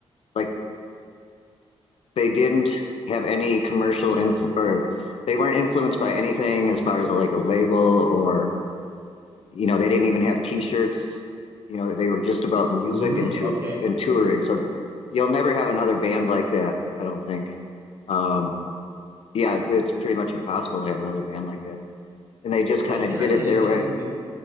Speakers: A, on the left; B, on the right.
A: like they didn't have any commercial influ- or they weren't influenced by anything as far as a, like a label or you know they didn't even have t-shirts you know they were just about music
B: Mm,
A: and to-
B: okay.
A: and touring so you'll never have another band like that i don't think um yeah it's pretty much impossible to have another band like that and they just kind
B: Eh,
A: of
B: Can
A: did
B: I tell
A: it their
B: you something?
A: way
B: B-